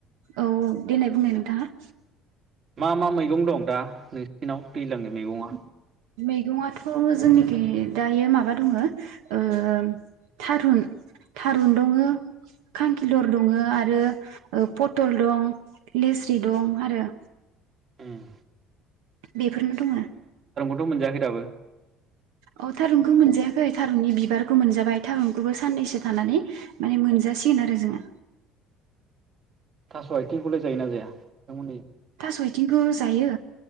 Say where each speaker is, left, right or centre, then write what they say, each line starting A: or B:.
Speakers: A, on the right (about 85°); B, on the right (about 40°).
A: औ देनाय बुंनाय नोंथाङा।
B: मा मा मैगं दं दा नै दिनाव दैज्लांनि मैगङा
A: मैगङाथ जोंनिथिं दायो माबा दङ ओ थारुन थारुन दङ खांखिलर दङ आरो पथल दं लेस्रि दं आरो
B: ओम।
A: बेफोरनो दङ।
B: थ मोनजाखै दाबो?
A: अ थारुनखौ मोनजायाखै थारुननि बिबारखौ मोनजाबाय थारुनखौबो साननैसो थानानै माने मोनजासिगोन आरो जोङो।
B: थास' आथिंखौलाय जायोना जाया? नोंथांमोननि
A: थास आयथिंखौबो जायो।